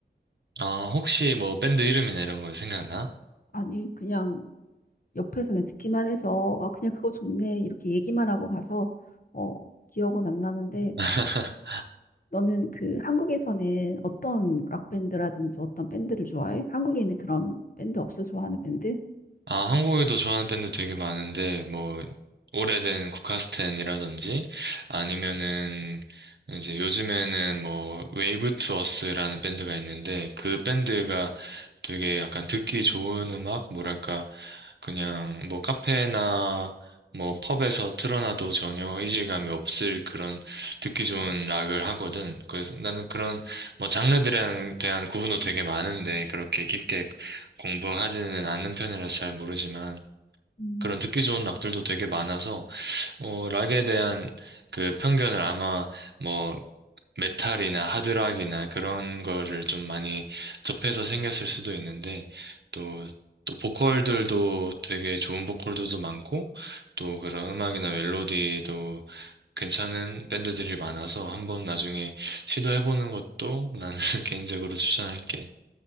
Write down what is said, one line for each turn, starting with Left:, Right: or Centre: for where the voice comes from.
Right: 아, 혹시 뭐 밴드 이름이나 이런 거 생각나?
Left: 아니, 그냥 옆에서 그냥 듣기만 해서 아, 그냥 그거 좋네. 이렇게 얘기만 하고 가서 어, 기억은 안 나는데
Right: <laughs>
Left: 너는 그 한국에서는 어떤 락밴드라든지 어떤 밴드를 좋아해? 한국에는 그런 밴드 없어 좋아하는 밴드?
Right: 아, 한국에도 좋아하는 밴드 되게 많은데, 뭐, 오래된 국카스텐이라든지, 아니면은, 이제 요즘에는 뭐, 웨이브 투어스라는 밴드가 있는데, 그 밴드가 되게 약간 듣기 좋은 음악? 뭐랄까, 그냥 뭐, 카페나 뭐, 펍에서 틀어놔도 전혀 이질감이 없을 그런 듣기 좋은 락을 하거든. 그래서 나는 그런 뭐, 장르들에 대한 구분도 되게 많은데, 그렇게 깊게 공부하지는 않는 편이라서 잘 모르지만
Left: 음.
Right: 그런 듣기 좋은 락들도 되게 많아서 어, 락에 대한 그 편견을 아마 뭐 메탈이나 하드락이나 그런 거를 좀 많이 접해서 생겼을 수도 있는데 또 또 보컬들도 되게 좋은 보컬들도 많고 또 그런 음악이나 멜로디도 괜찮은 밴드들이 많아서 한번 나중에 시도해보는 것도 나는 <laughs> 개인적으로 추천할게.